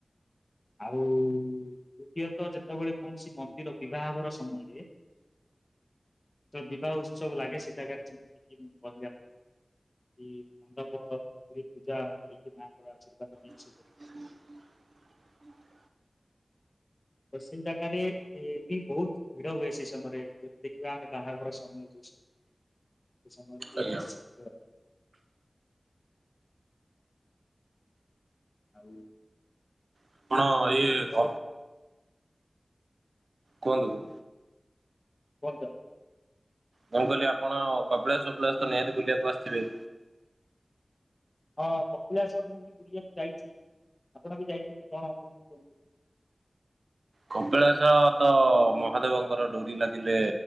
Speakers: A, on the left; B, on the right.
A: ଆଉ ତୃତୀୟତଃ ଯେତେବେଳେ କୌଣସି ମନ୍ଦିର ବିବାହଘର ସମୟରେ ତ ବିବାହ ଉତ୍ସବ ଲାଗେ ସୀତାକାର ଯେମତି କି ମୁ କି ମଣ୍ଡପ ପୂଜା କରିକି ମାଙ୍କର ଆଶୀର୍ବାଦ ନେଇକି
B: <unintelligible>
A: ସେ ପଶ୍ଚିମ ଜାଗାରେ ଏ ବି ବହୁତ ଭିଡ଼ ହୁଏ ସେ ସମୟରେ ଯଦି ଦେଖିବା ଆମେ ବାହାରଘର ସମୟ ଦୃଶ୍ୟ ତ ସମର <unintelligible>
B: ଆଜ୍ଞା
A: ଆଉ
B: ଆପଣ
A: ବାକି
B: ଇଏ
A: ଆମର
B: କ କୁହନ୍ତୁ
A: ବନ୍ତ
B: ମୁଁ କହିଲି ଆପଣ କପିଳାଷ ତ ନିହାତି ବୁଲିବାକୁ ଆସିଥିବେ
A: ହଁ କପିଳାଷ ମୁଁ ବି ବୁଲିବାକୁ ଯାଇଛି ଆପଣ ବି ଯାଇଛନ୍ତି କଣ ଅନୁଭୂତି କୁହନ୍ତୁ?
B: କପିଳାଷ ତ ମହାଦେବଙ୍କର ଡୋରି ଲାଗିଲେ